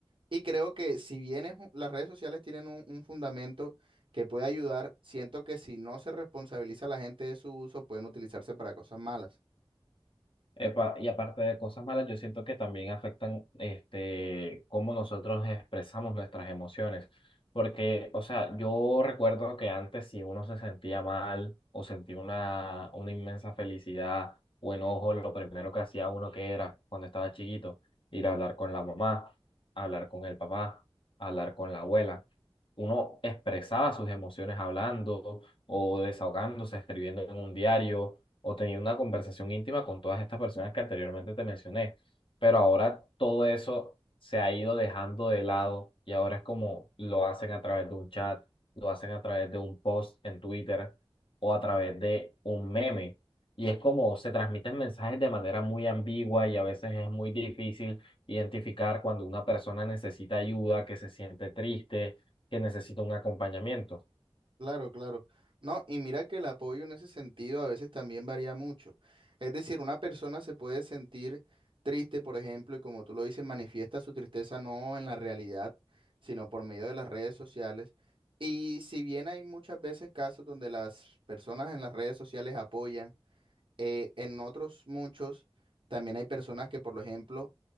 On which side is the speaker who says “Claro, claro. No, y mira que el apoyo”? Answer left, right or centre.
Right